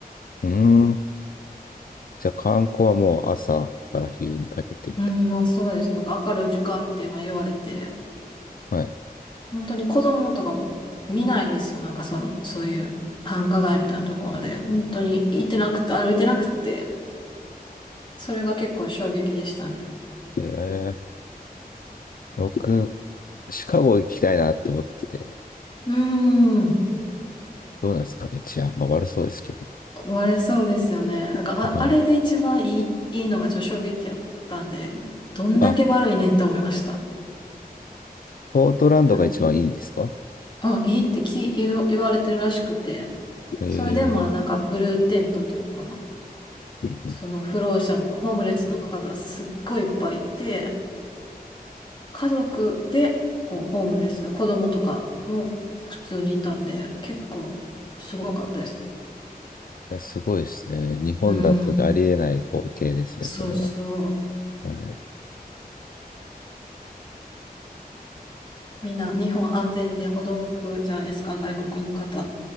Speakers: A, on the left (about 65°); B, on the left (about 30°).
A: うーん。じゃあ観光はもう朝から昼にかけてみたい。
B: うん、でもそうですね。なんか明るい時間っていうのは言われて、
A: はい。
B: 本当に子供とかも見ないんですよ。なんかその、そういう繁華街みたいなところで、本当に行ってなくて、歩いてなくて、それが結構衝撃でしたね。
A: えー、僕、シカゴ行きたいなって思ってて、
B: うーん。
A: どうなんですかね、治安。まあ悪そうですけど。
B: 割れそうですよね。なんか、
A: はい。
B: あ、あれで一番いい、いいのがちょっと衝撃やったんで、どんだけ悪いねって思いました。
A: あ、ポートランドが一番いいんですか
B: なんあ、いいってき言う、言われてるらしくて、
A: えー、
B: それでまあなんかブルーテントっていうかな、
A: うんうんい
B: その不老者の、ホームレスの方すっごいいっぱいいて、家族でこうホームレス、子供とかも普通にいたんで、結構すごかったです。
A: やすごいですね。日本だとありえない光景ですね、
B: うん、そうそう。
A: それは。はい
B: みんな日本安全で驚くじゃないですか、外国の方。